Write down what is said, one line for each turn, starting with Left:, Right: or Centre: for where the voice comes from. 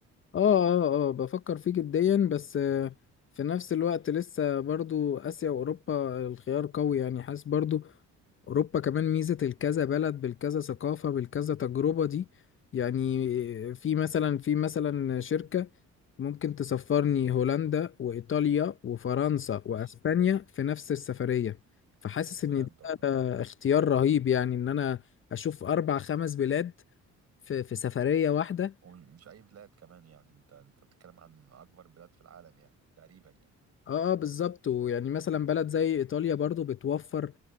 Left: آه آه آه بفكر فيه جديا بس آه، في نفس الوقت لسه برضو آسيا وأوروبا الخيار قوي يعني حاسس برضو أوروبا كمان ميزة الكذا بلد بالكذا ثقافة بالكذا تجربة دي يعني في مثلا في مثلا شركة ممكن تسفرني هولندا وإيطاليا وفرنسا
Right: ماشي
Left: وأسبانيا في نفس السفرية فحاسس إن
Right: بجد والله
Left: ده اختيار رهيب يعني إن أنا أشوف أربع خمس بلاد في في سفرية واحدة
Right: ومش اي بلاد كمان يعني انت انت بتتكلم عن اكبر بلاد في العالم يعني تقريبا يعني
Left: آه آه بالظبط ويعني مثلا بلد زي إيطاليا برضو بتوفر